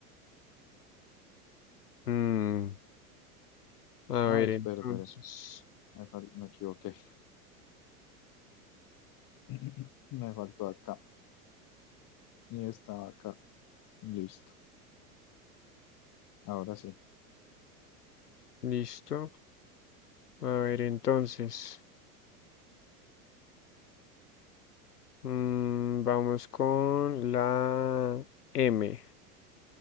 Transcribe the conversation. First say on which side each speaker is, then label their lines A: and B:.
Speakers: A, on the left; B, on the left.
A: Mm, a
B: Ay,
A: ver,
B: espera,
A: entonces.
B: espera. Ahí fal- me equivoqué. <laughs> <clears throat> Me faltó acá. Y estaba acá. Listo. Ahora sí.
A: Listo. A ver, entonces. mm, vamos con la M